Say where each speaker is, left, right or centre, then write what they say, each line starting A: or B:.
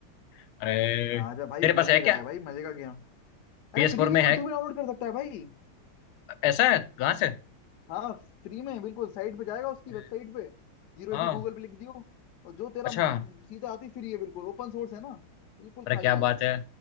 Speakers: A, on the left; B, on the left.
A: अरे
B: आजा भाई
A: तेरे पास
B: मजे
A: है क्या
B: का है भाई मजे का गेम अरे
A: PS4
B: फ्री
A: फोर में
B: गेम
A: है
B: है तू भी डाउनलोड कर सकता है भाई
A: ऐसा है कहाँ से
B: हाँ फ्री में बिल्कुल साइट पे जाएगा उसकी
A: अरे,
B: वेबसाइट पे जीरो
A: हाँ
B: एटी गूगल पे लिख दियो और जो तेरा
A: अच्छा
B: म- सीधा आती फ्री है बिल्कुल ओपन सोर्स है ना बिल्कुल
A: अरे
B: खाली
A: क्या
B: है
A: बात है